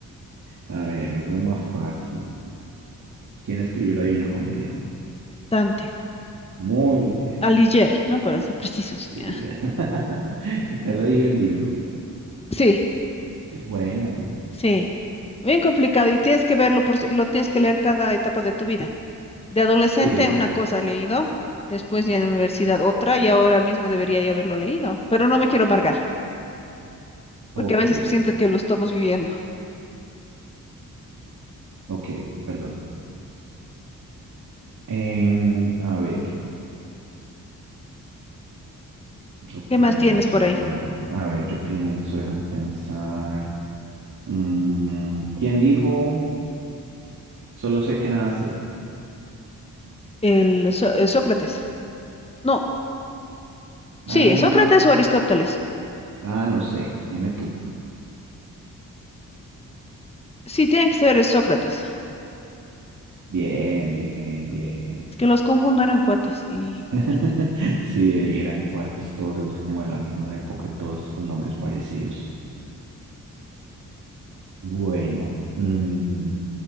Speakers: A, on the right; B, on the left.
A: A ver, algo más fácil. ¿Quién escribió la Divina Comedia?
B: Dante.
A: Muy bien.
B: Alighieri, ¿no? Para ser precisos. <laughs>
A: Sí.
B: ya.
A: <laughs> Y te lo digo el libro.
B: Sí,
A: Es bueno.
B: sí. Bien complicado y tienes que verlo, por, si- lo tienes que leer cada etapa de tu vida. De adolescente
A: Sí.
B: una cosa he leído, después ya en la universidad otra y ahora mismo debería ya haberlo leído, pero no me quiero amargar, porque
A: Ok.
B: a veces siento que lo estamos viviendo.
A: Ok, perdón. Em, a ver, yo
B: ¿Qué
A: pienso.
B: más tienes por ahí?
A: A ver, yo pienso, déjame pensar. Mm, ¿quién dijo? Solo sé que nada sé.
B: El, So- eh, Sócrates. No,
A: Ah,
B: sí, Sócrates o Aristóteles.
A: ah, no sé. Dime tú.
B: Sí, tiene que ser Sócrates,
A: Bien, bien, bien.
B: que los confundo, eran cuates y
A: <laughs>
B: bueno,
A: Sí, eran cuates todos esos como de la misma época y todos con nombres parecidos. Bueno, mm,